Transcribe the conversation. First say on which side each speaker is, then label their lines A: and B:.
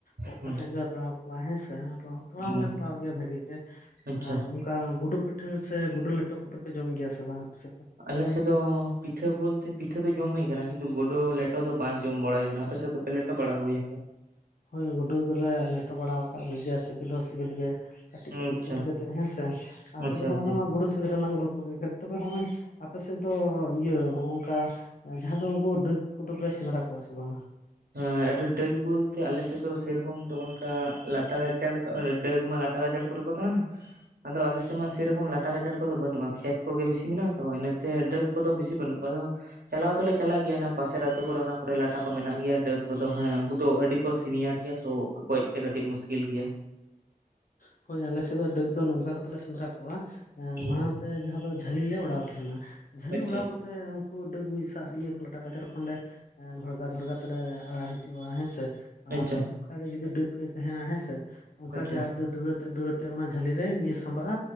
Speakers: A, on the left; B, on the right.
A: ᱚᱸᱜ
B: ᱦᱩᱸ
A: ᱠᱟᱛᱮᱜ ᱜᱮ ᱞᱮ ᱛᱟᱲᱟᱣ ᱠᱚᱣᱟ ᱦᱮᱸᱥᱮ ᱟᱫᱚ ᱛᱟᱲᱟᱣ ᱦᱚᱸᱞᱮ
B: ᱚ
A: ᱛᱚᱲᱟᱣ ᱜᱮᱭᱟ ᱵᱷᱟᱹᱜᱤ ᱜᱮ
B: ᱟᱪᱪᱷᱟ
A: ᱟᱨ ᱚᱝᱠᱟ ᱚᱱᱠᱟ ᱜᱩᱰᱩ ᱯᱤᱴᱷᱟᱹ ᱥᱮ ᱜᱩᱰᱩ ᱞᱮᱴᱚ ᱠᱚᱫᱚᱯᱮ ᱡᱚᱢ ᱜᱮᱭᱟ ᱥᱮ ᱵᱟᱝ ᱟᱯᱮᱥᱮᱫ ᱫᱚ?
B: ᱟᱞᱮᱥᱮᱫ ᱫᱚ ᱯᱤᱴᱷᱟᱹ ᱵᱚᱞᱛᱮ ᱯᱤᱴᱷᱟᱹ ᱟᱞᱮ ᱥᱮᱥ ᱫᱚ ᱡᱚᱢ ᱦᱳᱭ ᱠᱟᱱᱟ ᱠᱤᱱᱛᱩ ᱜᱚᱰᱳ ᱞᱮᱴᱚ ᱫᱚ ᱵᱟᱝ ᱡᱚᱢ ᱵᱟᱲᱟ ᱦᱳᱭ ᱠᱟᱱᱟ, ᱟᱯᱮ ᱥᱮᱫ ᱫᱚ ᱞᱮᱴᱚ ᱵᱟᱲᱟ ᱠᱚ ᱜᱮᱭᱟ ᱯᱮ?
A: ᱦᱳᱭ ᱜᱩᱰᱩ ᱜᱮᱞᱮ ᱞᱮᱴᱚ ᱵᱟᱲᱟᱣ ᱟᱠᱟᱫ ᱠᱚ ᱜᱮᱭᱟ ᱥᱤᱵᱤᱞ ᱦᱚᱸ ᱥᱤᱵᱤᱞ ᱜᱮᱭᱟ᱾ ᱠᱟᱹᱴᱤᱡ
B: ᱟᱪᱪᱷᱟ
A: ᱠᱟᱹᱴᱤᱡ ᱠᱩᱴᱤ ᱠᱟᱛᱮᱫ ᱦᱮᱸᱥᱮ ᱟᱨ
B: ᱟᱪᱪᱷᱟ
A: ᱛᱚᱵᱮ ᱦᱚᱸᱜᱼᱚᱱᱟ
B: ᱟᱪᱪᱷᱟ
A: ᱢᱟ ᱜᱩᱰᱩ ᱥᱮᱸᱫᱽᱨᱟ ᱞᱟᱝ ᱜᱚᱞᱯᱚ ᱛᱚᱵᱮ ᱦᱚᱸᱜᱼᱚᱭ ᱟᱯᱮ ᱥᱮᱫ ᱫᱚ ᱤᱭᱟᱹ ᱦᱚᱸᱜᱼᱚᱝᱠᱟ ᱡᱟᱦᱟᱸ ᱫᱚ ᱩᱱᱠᱩ ᱰᱟᱹᱠ ᱠᱚᱫᱚ ᱯᱮ ᱥᱮᱸᱫᱽᱨᱟ ᱠᱚᱣᱟ ᱥᱮ ᱵᱟᱝᱟ?
B: ᱦᱮᱸ ᱟᱫᱚ ᱰᱟᱹᱠ ᱵᱚᱞᱛᱮ ᱟᱞᱮᱥᱮᱫ ᱫᱚ ᱥᱮᱭᱨᱚᱠᱚᱢ ᱫᱚ ᱚᱱᱠᱟ ᱞᱟᱴᱟ ᱜᱟᱪᱟᱲ ᱠᱚ ᱰᱟᱹᱠ ᱢᱟ ᱞᱟᱴᱟ ᱜᱟᱡᱟᱲ ᱞᱟᱴᱟ ᱜᱟᱡᱟᱲ ᱠᱚᱨᱮ ᱠᱚ ᱛᱟᱦᱮᱱᱟ, ᱟᱫᱚ ᱟᱞᱮᱥᱮᱫ ᱢᱟ ᱥᱮᱨᱚᱠᱚᱢ ᱞᱟᱴᱟ ᱜᱟᱡᱟᱲ ᱠᱚᱫᱚ ᱵᱟᱹᱱᱩᱜᱼᱟ, ᱠᱷᱮᱛ ᱠᱚᱜᱮ ᱵᱤᱥᱤ ᱢᱮᱱᱟᱜᱼᱟ ᱛᱚ ᱤᱱᱟᱹᱛᱮ ᱰᱟᱹᱠ ᱠᱚᱫᱚ ᱵᱮᱥᱤ ᱵᱟᱹᱱᱩᱜ ᱠᱚᱣᱟ, ᱟᱫᱚ ᱪᱟᱞᱟᱣ ᱫᱚᱞᱮ ᱪᱟᱞᱟᱜ ᱜᱮᱭᱟ ᱚᱱᱟ ᱯᱟᱥᱮᱨ ᱟᱛᱩ ᱠᱚᱨᱮ ᱚᱱᱟ ᱠᱚᱨᱮ ᱞᱟᱴᱟ ᱠᱚ ᱢᱮᱱᱟᱜ ᱜᱮᱭᱟ᱾ ᱰᱟᱹᱠ ᱠᱚᱫᱚ ᱦᱮᱸ ᱩᱱᱠᱩ ᱫᱚ ᱟᱹᱰᱤ ᱠᱚ ᱥᱤᱱᱤᱭᱟᱨ ᱜᱮᱭᱟ ᱛᱚ ᱜᱚᱡ ᱛᱮ ᱠᱟᱹᱴᱤᱡ ᱢᱩᱥᱠᱤᱞ ᱜᱮᱭᱟ᱾
A: ᱦᱳᱭ ᱟᱞᱮ ᱥᱮᱫ ᱫᱚ ᱰᱟᱹᱠ ᱫᱚ ᱱᱚᱝᱠᱟ ᱠᱟᱛᱮ ᱞᱮ ᱥᱮᱸᱫᱽᱨᱟ ᱠᱚᱣᱟ,
B: ᱦᱮᱸ
A: ᱢᱟᱲᱟᱝ ᱛᱮ ᱡᱟᱦᱟᱸ ᱫᱚ ᱡᱷᱟᱹᱞᱤ ᱞᱮ ᱚᱰᱟᱣ ᱛᱟᱦᱮᱱᱟ, ᱡᱷᱟᱹᱞᱤ
B: ᱟᱪᱪᱷᱟ
A: ᱚᱰᱟᱣ ᱠᱟᱛᱮ ᱰᱟᱹᱠ ᱢᱤᱫ ᱥᱟᱜ ᱤᱭᱟᱹ ᱞᱟᱴᱟ ᱜᱟᱡᱟᱨ ᱠᱷᱚᱱ ᱞᱮ ᱜᱷᱚᱲᱜᱟ ᱜᱷᱚᱲᱜᱟ ᱛᱮᱞᱮ ᱦᱤᱡᱩᱜᱼᱟ ᱦᱮᱸ ᱥᱮ᱾
B: ᱟᱪᱪᱷᱟ
A: ᱟᱨ ᱚᱱᱠᱟ ᱜᱮ ᱡᱩᱫᱤ ᱰᱟᱹᱠ ᱮ ᱛᱟᱦᱮᱱᱟ ᱦᱮᱸᱥᱮ ᱚᱱᱠᱟᱜᱮ
B: ᱟᱪᱪᱷᱟ ᱟᱪᱪᱷᱟ
A: ᱟᱡ ᱫᱚ ᱫᱟᱹᱲ ᱛᱮ ᱫᱟᱹᱲ ᱟᱛᱮ ᱚᱱᱟ ᱡᱷᱟᱹᱞᱤ ᱨᱮ ᱧᱤᱨ ᱥᱟᱢᱵᱟᱜᱼᱟ